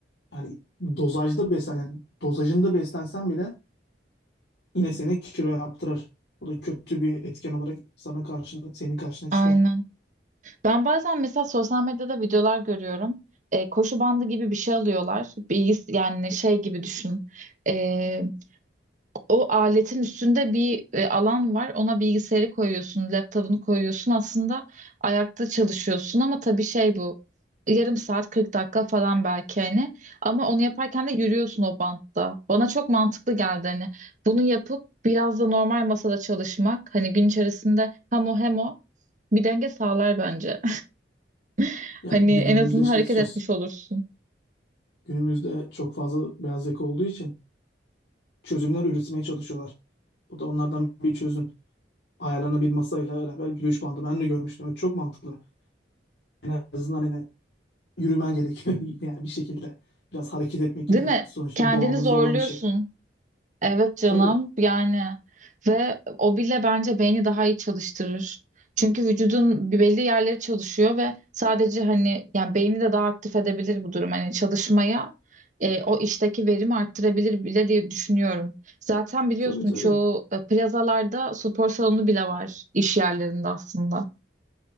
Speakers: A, on the left (about 65°); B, on the right (about 45°).
A: yani dozajda beslen, yani dozajında beslensen bile yine seni kilo yaptırır. Bu da kötü bir etken olarak sana karşına, senin karşına
B: Aynen.
A: çıkar.
B: Ben bazen mesela sosyal medyada videolar görüyorum. E, koşu bandı gibi bir şey alıyorlar. Bilgis yani şey gibi düşün. E, o aletin üstünde bir e, alan var. Ona bilgisayarı koyuyorsun, laptopunu koyuyorsun. Aslında ayakta çalışıyorsun ama tabii şey bu. Yarım saat 40 dakika falan belki hani. Ama onu yaparken de yürüyorsun o bantta. Bana çok mantıklı geldi hani. Bunu yapıp biraz da normal masada çalışmak. Hani gün içerisinde hem o hem o bir denge sağlar bence. <laughs>
A: Ya
B: Hani
A: günümüzde
B: en azından
A: işte
B: hareket
A: sos,
B: etmiş olursun.
A: günümüzde çok fazla beyaz yaka olduğu için çözümler üretmeye çalışıyorlar. Bu da onlardan bir çözüm. Ayarlarına bir masayla beraber yürüyüş bandı ben de görmüştüm ve çok mantıklı. En azından yine yürümen gerekiyor <laughs> yani bir şekilde. Biraz hareket etmek gerekiyor.
B: Değil mi?
A: Sonuçta
B: Kendini
A: doğamızda
B: zorluyorsun.
A: olan bir şey.
B: Evet canım
A: Tabii,
B: yani ve o bile bence beyni daha iyi çalıştırır. Çünkü vücudun bir belli yerleri çalışıyor ve sadece hani yani beyni de daha aktif edebilir bu durum. Hani çalışmaya e, o işteki verimi arttırabilir bile diye düşünüyorum. Zaten biliyorsun
A: tabii, tabii.
B: çoğu e, plazalarda spor salonu bile var iş yerlerinde aslında.